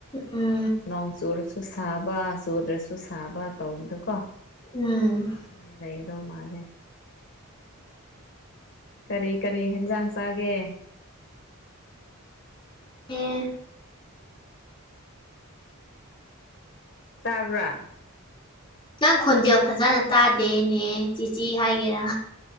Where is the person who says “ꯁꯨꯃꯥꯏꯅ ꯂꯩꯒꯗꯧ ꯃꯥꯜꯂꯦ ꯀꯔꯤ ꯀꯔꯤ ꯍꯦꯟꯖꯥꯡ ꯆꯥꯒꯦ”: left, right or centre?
Left